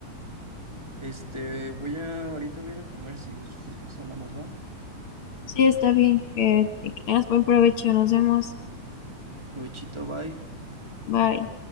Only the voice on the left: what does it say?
Sí, está bien, que, que tengas buen provecho, nos vemos,
bye.